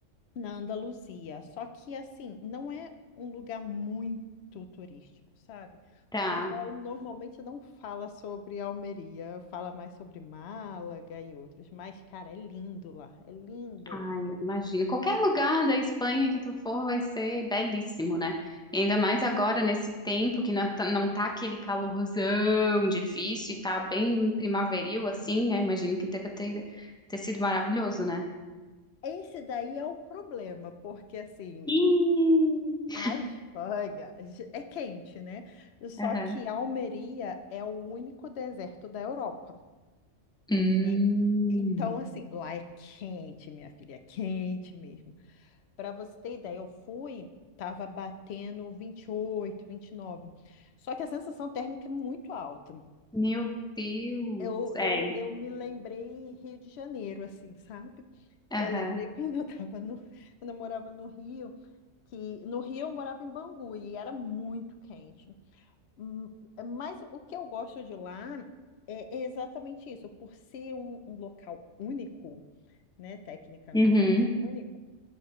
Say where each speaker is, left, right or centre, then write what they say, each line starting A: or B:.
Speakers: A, on the left; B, in the centre.
A: na Andaluzia. Só que, assim, não é um lugar muito turístico, sabe?
B: tá.
A: O pessoal normalmente não fala sobre Almeria, fala mais sobre Málaga e outros. Mas, cara, é lindo lá, é lindo.
B: Ai, eu imagino. Qualquer lugar da Espanha que tu for vai ser belíssimo, né? E ainda mais agora, nesse tempo que não tá, não tá aquele calorzão difícil e tá bem primaveril, assim, eu imagino que deve ter, ter sido maravilhoso, né?
A: Esse daí é o problema, porque, assim.
B: Ih!
A: A Espanha j- é quente, né? Só
B: Aham.
A: que Almeria é o único deserto da Europa.
B: Hum,
A: E- Então, assim, lá é quente, minha filha, é quente mesmo. Para você ter ideia, eu fui, tava batendo 28, 29. Só que a sensação térmica é muito alta.
B: meu Deus.
A: Eu,
B: É.
A: eu, eu me lembrei Rio de Janeiro, assim, sabe?
B: Aham.
A: Eu lembrei <laughs> quando eu tava no, quando eu morava no Rio, que no Rio eu morava em Bangu e era muito quente. Hum, Mas o que eu gosto de lá é, é exatamente isso, por ser um, um local único, né, tecnicamente
B: Uhum.
A: único